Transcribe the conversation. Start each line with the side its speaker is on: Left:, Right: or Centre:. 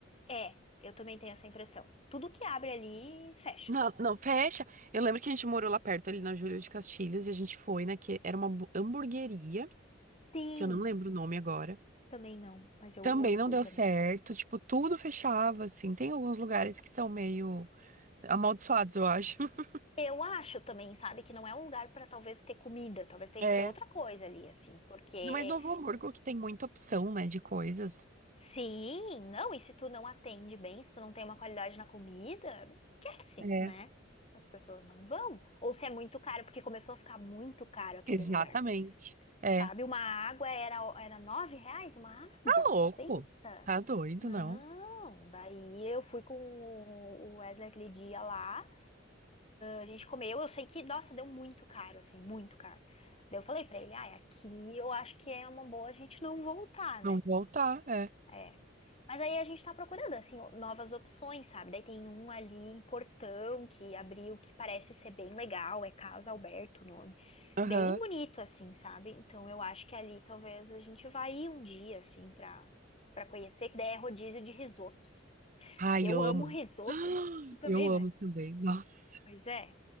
Left: É, eu também tenho essa impressão. Tudo que abre ali, fecha.
Right: Não, não, fecha. Eu lembro que a gente morou lá perto, ali na Júlio de Castilhos, e a gente foi, né? Que era uma hambu- hamburgueria,
Left: Sim,
Right: que eu não lembro o nome agora.
Left: também não, mas eu,
Right: Também
Left: eu fui
Right: não deu
Left: também.
Right: certo, tipo, tudo fechava, assim. Tem alguns lugares que são meio. Amaldiçoados, eu acho. <laughs>
Left: Eu acho também, sabe, que não é um lugar pra talvez ter comida, talvez tenha
Right: É.
Left: que ter outra coisa ali, assim, porque
Right: Ainda mais Novo Hamburgo, que tem muita opção, né, de coisas.
Left: Sim, não, e se tu não atende bem, se tu não tem uma qualidade na comida, esquece,
Right: É.
Left: né? As pessoas não vão. Ou se é muito caro, porque começou a ficar muito caro aquele
Right: Exatamente.
Left: lugar,
Right: É.
Left: sabe?
Right: Tá
Left: Uma água era, era nove reais, uma água,
Right: louco.
Left: pensa.
Right: Tá doido,
Left: Não,
Right: não.
Left: daí eu fui com o Wesley aquele dia lá, a gente comeu, eu sei que, nossa, deu muito caro, assim, muito caro. Daí eu falei pra ele, ai, aqui eu acho que é uma boa a gente não voltar, né?
Right: Não voltar, é.
Left: É. Mas aí a gente tá procurando, assim, novas opções, sabe? Daí tem um ali em Portão que abriu, que parece ser bem legal, é Casa Alberto o nome.
Right: Aham.
Left: Bem bonito, assim, sabe? Então eu acho que ali talvez a gente vá ir um dia, assim, pra, pra conhecer, que daí é rodízio de risotos.
Right: Ai,
Left: Eu
Right: eu
Left: amo
Right: amo.
Left: risoto,
Right: <gasps>
Left: né? Tu também,
Right: Eu
Left: né?
Right: amo também. Nossa.
Left: Pois é.